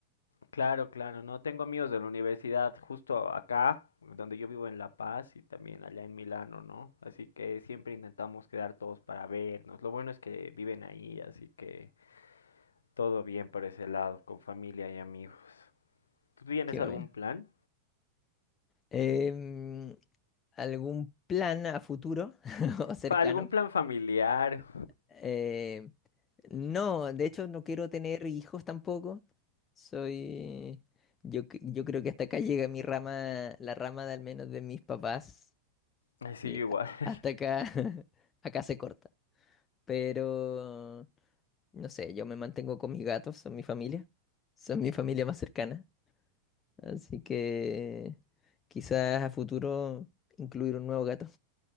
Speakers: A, on the left; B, on the left.
A: claro, claro, no tengo amigos de la universidad justo acá, donde yo vivo en La Paz y también allá en Milano, ¿no? Así que siempre intentamos quedar todos para vernos. Lo bueno es que viven ahí, así que Todo bien por ese lado, con familia y amigos. ¿Tú tienes
B: Qué
A: algún
B: bueno.
A: plan?
B: Em, ¿algún plan a futuro <laughs> o cercano?
A: Fa- ¿Algún plan familiar?
B: Em, No, de hecho no quiero tener hijos tampoco. Soy, yo, c- yo creo que hasta acá llega mi rama, la rama de al menos de mis papás.
A: Así
B: Llega-
A: yo igual. <laughs>
B: hasta acá, <laughs> acá se corta. Pero, no sé, yo me mantengo con mis gatos, son mi familia, son mi familia más cercana. Así que quizás a futuro incluir un nuevo gato.